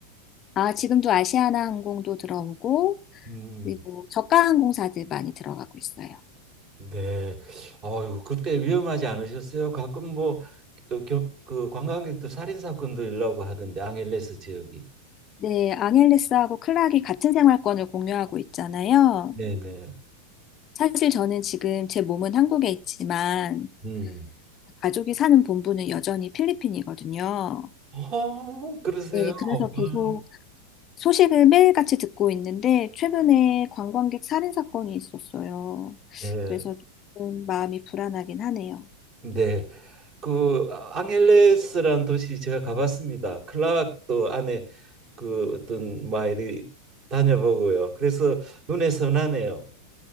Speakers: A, on the left; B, on the right.
A: 아, 지금도 아시아나 항공도 들어오고,
B: 음.
A: 그리고 저가 항공사들 많이 들어가고 있어요.
B: 네. 아유, 그때 위험하지 않으셨어요? 가끔 뭐 어, 겨- 그 관광객들 살인 사건도 일라고 하던데 앙헬레스 지역이.
A: 네, 앙헬레스하고 클락이 같은 생활권을 공유하고 있잖아요.
B: 네네.
A: 사실 저는 지금 제 몸은 한국에 있지만,
B: 음.
A: 가족이 사는 본부는 여전히 필리핀이거든요.
B: 어, 그러세요?
A: 네, 그래서
B: 아,
A: 계속 소식을 매일같이 듣고 있는데 최근에 관광객 살인 사건이 있었어요.
B: 네.
A: 그래서 조금 마음이 불안하긴 하네요.
B: 네. 그 아, 앙헬레스라는 도시 제가 가봤습니다. 클락도 안에 그 어떤 마을이 다녀보고요. 그래서 눈에 선하네요.